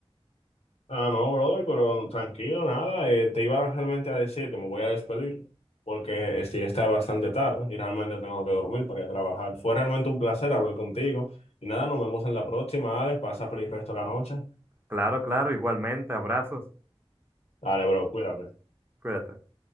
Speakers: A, on the left (about 75°); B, on the right (about 20°).
A: ah, no, brother, pero no, tranquilo, nada, eh, te iba realmente a decir que me voy a despedir porque eh, sí está bastante tarde y realmente tengo que dormir para ir a trabajar. Fue realmente un placer hablar contigo y nada, nos vemos en la próxima, Alex, pasa feliz resto de la noche.
B: Claro, claro, igualmente, abrazos,
A: Dale, bro, cuídate.
B: cuídate.